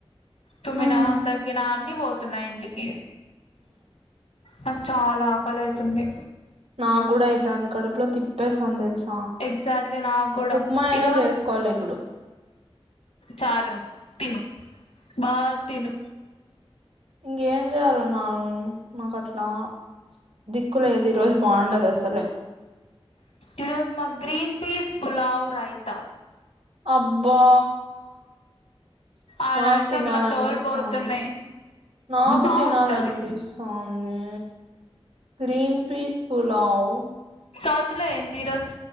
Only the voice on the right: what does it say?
మ్మ్
నాకు కూడా అయితు అంది కడుపులో తిప్పేస్తాంది తెలుసా
ఉప్మా అయినా
చేసుకోవాలి ఇప్పుడు
ఇంకేం చేయాలిన్నాను నాకు అట్లా దిక్కులేదు ఈ రోజు బాగుండదు అసలే
అబ్బా
నాకు
తినాలనిపిస్తోంది
నాకు
తినాలనిపిస్తోంది గ్రీన్ పీస్ పుల్ పలావు